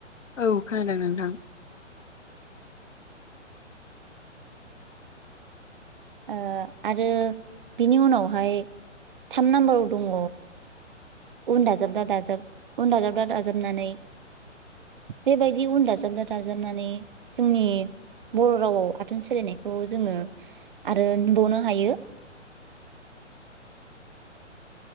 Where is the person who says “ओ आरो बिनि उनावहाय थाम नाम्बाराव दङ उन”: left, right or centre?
Right